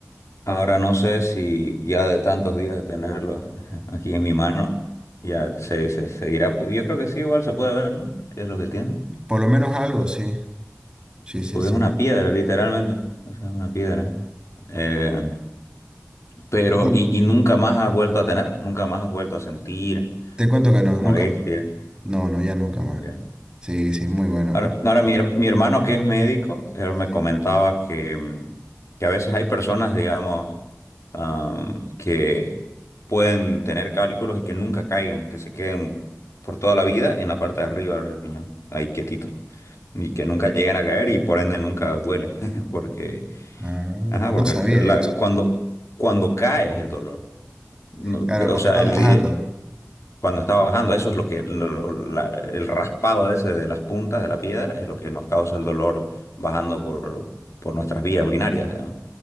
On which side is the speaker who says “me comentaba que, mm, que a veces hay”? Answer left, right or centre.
Left